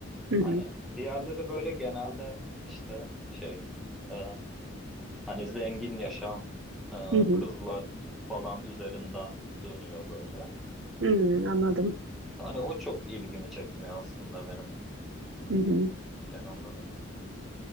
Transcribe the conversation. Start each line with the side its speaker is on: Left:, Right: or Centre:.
Right: Hı hı.
Centre: hani diğerleri böyle genelde işte şey e, Hani zengin yaşam, e,
Right: Hı hı.
Centre: kızlar falan üzerinden dönüyor böyle.
Right: Hı hı. Anladım.
Centre: Hani o çok ilgimi çekmiyor aslında benim
Right: Hı hı.
Centre: genel olarak.